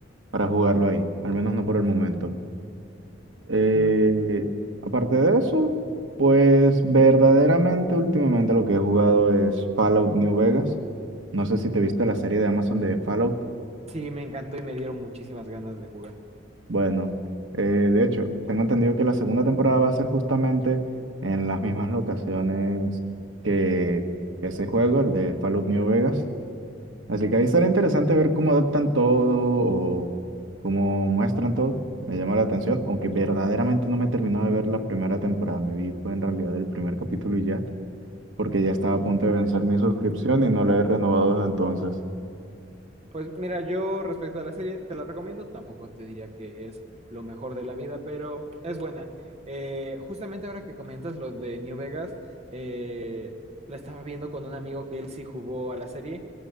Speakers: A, on the right; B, on the right.
A: para jugarlo ahí, al menos no por el momento. Eh,
B: Mm, ujú.
A: aparte de eso, pues verdaderamente últimamente lo que he jugado es Fallout New Vegas. No sé si te viste la serie de Amazon de Fallout.
B: Sí, me encantó y me dieron muchísimas ganas de jugar.
A: Bueno, eh, de hecho, tengo entendido que la segunda temporada va a ser justamente en las mismas locaciones que ese juego, el de Fallout New Vegas. Así que ahí será interesante ver cómo adaptan todo o cómo muestran todo. Me llama la atención, aunque verdaderamente no me he terminado de ver la primera temporada. Me vi fue en realidad el primer capítulo y ya, porque ya estaba a punto de vencer mi suscripción y no la he renovado desde entonces.
B: Pues mira, yo respecto a la serie, te la recomiendo, tampoco te diría que es lo mejor de la vida, pero es buena. Eh, justamente ahora que comentas lo de New Vegas, eh, la estaba viendo con un amigo que él sí jugó a la serie